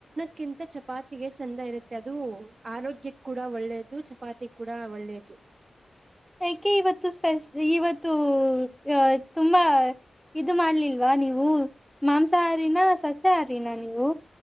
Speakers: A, on the right; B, in the centre.
A: ಕಿಂತ ಚಪಾತಿಗೆ ಚಂದ ಇರುತ್ತೆ ಅದು ಆರೋಗ್ಯಕ್ ಕೂಡ ಒಳ್ಳೇದು ಚಪಾತಿ ಕೂಡ ಒಳ್ಳೇದು. <inaudible>
B: ಯಾಕೆ ಇವತ್ತು ಸ್ಪೈಸಿ ಇವತ್ತು ಅ ತುಂಬಾ. ಇದು ಮಾಡ್ಲಿಲ್ವಾ ನೀವು ಮಾಂಸಾಹಾರಿನ ಸಸ್ಯಹಾರಿನ ನೀವು.